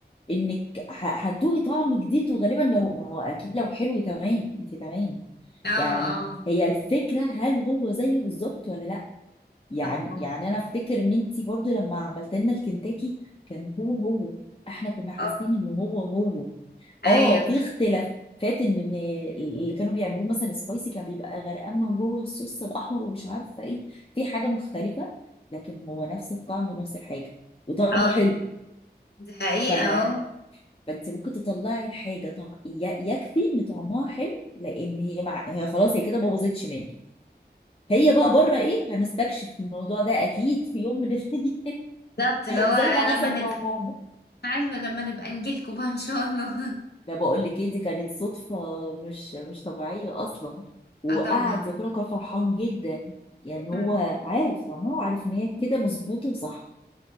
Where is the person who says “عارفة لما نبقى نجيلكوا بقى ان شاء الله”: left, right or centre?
Left